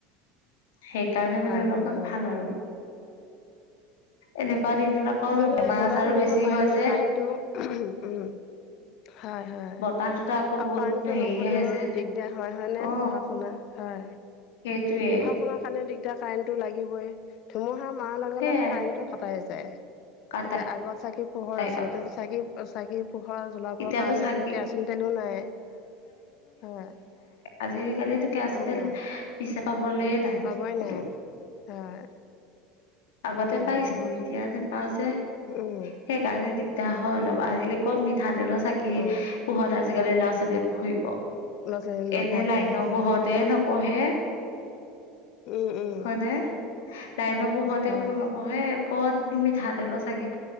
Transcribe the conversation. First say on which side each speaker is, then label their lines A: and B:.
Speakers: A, on the left (about 85°); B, on the left (about 60°).
A: সেইকাৰণে মানে অলপমান
B: হয়
A: ভাল আৰু। এনেকুৱা দিনত আকৌ
B: নহ'লে
A: বেমাৰ
B: বতাহ
A: আজাৰো
B: ধুমুহা
A: বেছি
B: মাৰিলে
A: হয় যে।
B: কাৰেণ্টটো উম। হয় হয়।
A: বতাহটোতে আকৌ
B: আৰু
A: বহুত
B: কাৰেণ্টটো
A: হেৰি
B: নহ'লেও
A: আহে যে
B: দিগদাৰ হয় হয় নে
A: অ
B: পঢ়া শুনা? হয়।
A: সেইটোৱে।
B: সকলোৱে কাৰণে দিগদাৰ কাৰেণ্টটো লাগিবই, ধুমুহা মাৰ লগে
A: সেইয়াই
B: লগে কাৰেন্টটো কাটাই যায়।
A: কাটাই
B: এতিয়া আগত চাকি পোহৰ আছিলে।
A: গ'ল।
B: এতিয়া চাকি চাকি পোহৰ জ্বলাবৰ
A: এতিয়াতো
B: কাৰণে
A: চাকি
B: তুমি কেৰাচিন তেলো নাই। হয়।
A: আজিকালি কেৰাচিন
B: উম
A: তেল বিচাবলে নাই।
B: পাবই
A: ক'তো
B: নাই। হয়।
A: আগতে পাইছিলো
B: উম
A: এতিয়া নোপাও যে,
B: উম
A: সেইকাৰণে দিগদাৰ হয় অলপ আজি ক'ত মিঠাতেলৰ চাগি
B: উম
A: পোহত আজিকালি ল'ৰা ছোৱালীয়ে পঢ়িব।
B: ল'ৰা ছোৱালী নপঢ়ে
A: এনে লাইনৰ
B: হয়
A: পোহৰতে নপ- পঢ়ে,
B: উম উম
A: হয়নে? লাইনৰ পোহ তে
B: হয়
A: বোলো নপঢ়ে, ক'তনো মিঠাতেলৰ চাকিত